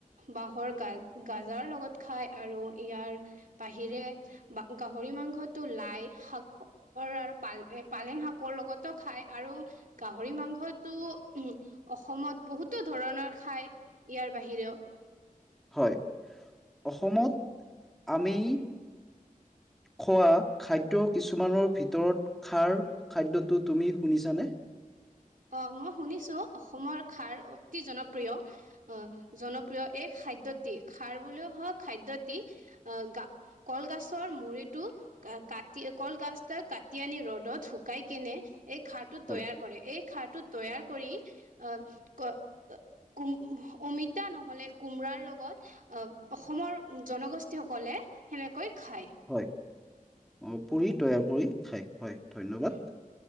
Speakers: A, on the right (about 70°); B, in the centre.
A: বাঁহৰ গাজাৰ লগত খাই আৰু ইয়াৰ বাহিৰে বা গাহৰি মাংসটো লাই শাক আৰু এ পালেং শাকৰ লগতো খায় আৰু গাহৰি মাংসটো অসমত বহুতো ধৰণৰ খায় ইয়াৰ বাহিৰেও।
B: হয় অসমত আমি খোৱা খাদ্য কিছুমানৰ ভিতৰত খাৰ খাদ্যটো তুমি শুনিছানে?
A: অ' মই শুনিছোঁ অসমৰ খাৰ অতি জনপ্ৰিয়। আহ জনপ্ৰিয় এই খাদ্যটি খাৰ বুলিও হোৱা খাদ্যটি আহ গা কল গছৰ মূৰিটোত কাটি কলগছটো কাটি আনি ৰ'দত শুকাই কেনে এই খাৰটো
B: হয়
A: তৈয়াৰ কৰে এই খাৰটো তৈয়াৰ কৰি আহ কোম অমিতা নহ'লে কোমৰাৰ লগত আহ অসমৰ জনগোষ্ঠী সকলে সেনেকৈ খায়।
B: হয় অপুৰি তৈয়াৰ কৰি খায় হয় ধন্যবাদ।
A: উম,